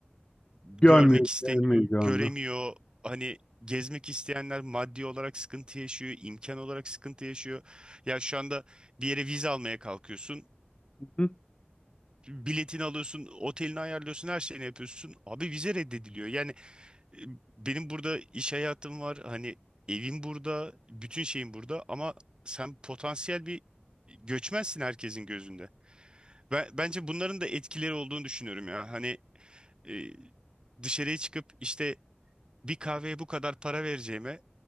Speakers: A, on the right; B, on the left.
A: görmek
B: Görmüyoruz,
A: istemiyor,
B: görmüyoruz, görmüyoruz.
A: göremiyor. Hani gezmek isteyenler maddi olarak sıkıntı yaşıyor, imkan olarak sıkıntı yaşıyor. Ya şu anda bir yere vize almaya kalkıyorsun.
B: Hı?
A: Biletini alıyorsun, otelini ayarlıyorsun, her şeyini yapıyorsun. Abi vize reddediliyor. Yani E, Benim burada iş hayatım var. Hani evim burada, bütün şeyim burada ama sen potansiyel bir göçmensin herkesin gözünde. Ben bence bunların da etkileri olduğunu düşünüyorum ya. Hani e, dışarıya çıkıp işte bir kahveye bu kadar para vereceğime